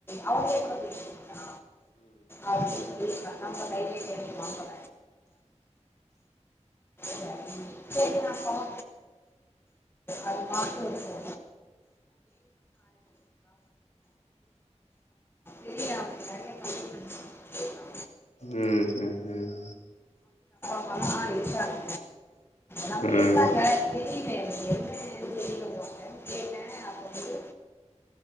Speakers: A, on the left; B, on the left.
A: அவங்க டீமா அப்படின்னு சொல்லிருக்காங்க நம்ம கையிலே கேட்டு வாங்கல <unintelligible> கேக்க மாட்டோம் அது மா போ தெரியாம நறைய <unintelligible> <unintelligible>
B: உம் உம் உம்
A: ஆஹ் இருக்குறாங்க நம்பி
B: ம் ம்
A: இருக்குறாங்க தெரியலயே எதுவுமே எனக்கு தெரியலனுறாங்க கேட்டேன் அது வந்து